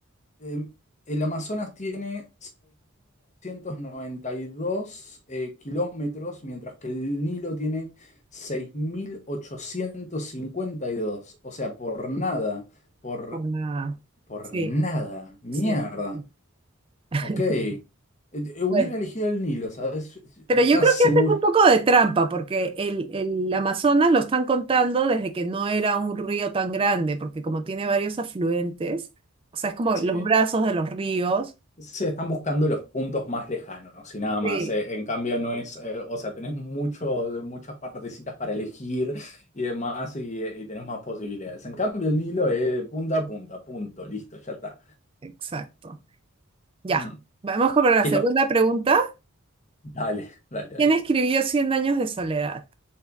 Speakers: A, on the left; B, on the right.
A: Em, el Amazonas tiene 6.992 eh, kilómetros, mientras que el Nilo tiene 6.852. O sea, por nada, por,
B: por la-
A: por
B: Sí,
A: nada, mierda.
B: sí. sí. <laughs>
A: Ok. Eh, eh, hubiera
B: Bueno,
A: elegido el Nilo, ¿sabes?
B: pero
A: Estaba
B: yo creo
A: seguro.
B: que hacen un poco de trampa porque el, el Amazonas lo están contando desde que no era un río tan grande, porque como tiene varios afluentes, o sea, es como
A: Sí,
B: los brazos de los ríos
A: Se están buscando los puntos más lejanos y nada más.
B: Sí,
A: eh. En cambio, no es, eh, o sea, tenés muchos muchas partecitas para elegir y demás y, eh, y tenés más posibilidades. En cambio, el Nilo es punta a punta, punto, listo, ya está.
B: exacto. Ya,
A: Mm.
B: vamos con la
A: ¿Qué
B: segunda
A: nos-
B: pregunta.
A: Dale, dale, dale.
B: ¿Quién escribió Cien años de soledad?